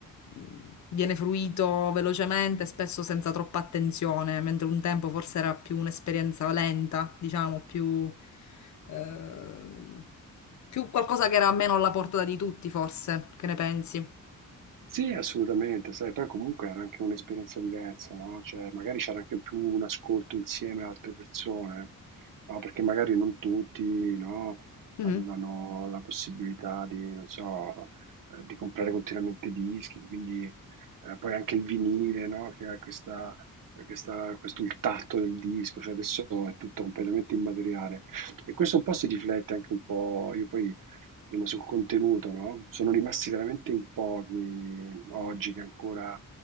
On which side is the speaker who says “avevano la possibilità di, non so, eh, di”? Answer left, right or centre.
Right